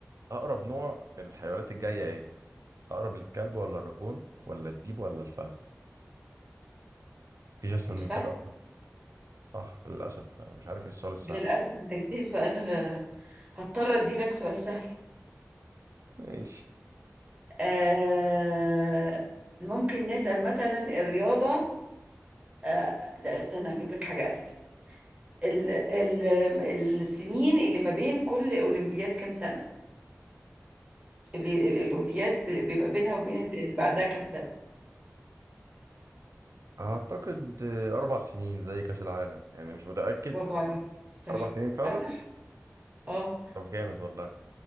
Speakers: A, on the right; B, on the right.
A: اقرب نوع من الحيوانات الجايه ايه اقرب للكلب ولا الراكون ولا الديب ولا الفهد مفيش اسهل
B: الفهد
A: من كده أصلاً. صح للاسف انا مش عارف ايه السؤال السهل
B: للاسف
A: ده.
B: انت جبتلي سؤال آه، هضطر اديلك سؤال سهل
A: ماشي
B: آه، ممكن نسأل مثلا الرياضه آه لا استنى هجيب لك حاجة أسهل ال ال السنين اللي ما بين كل أولمبياد كام سنة اللي ال- الأولمبياد ب- بيبقى بينها وبين ال- اللي بعدها كام سنة
A: اعتقد آه، اربع سنين زي كاس العالم يعني مش متاكد
B: برافو عليك صح
A: اربع سنين فعلا
B: لا صح اه
A: طب جامد والله